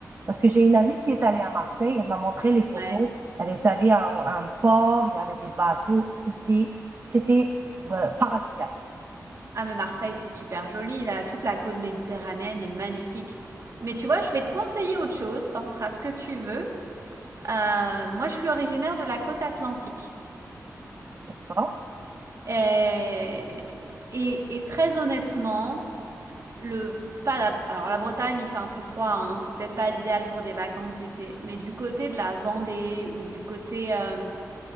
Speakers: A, on the right; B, on the right.
A: parce que j'ai une amie qui est allée à Marseille, elle m'a montré les photos.
B: ouais.
A: Elle est allée à un, à un port, il y avait des bateaux, c'était c'était bah, paradisiaque.
B: Ah mais Marseille, c'est super joli, là, toute la côte méditerranéenne est magnifique. Mais tu vois, je vais te conseiller autre chose, t'en feras ce que tu veux. Euh, moi, je suis originaire de la côte atlantique.
A: D'accord?
B: Et, et, et très honnêtement, le, pas la, alors la Bretagne, il fait un peu froid, hein, c'est peut-être pas l'idéal pour des vacances d'été, mais du côté de la Vendée ou du côté, euh,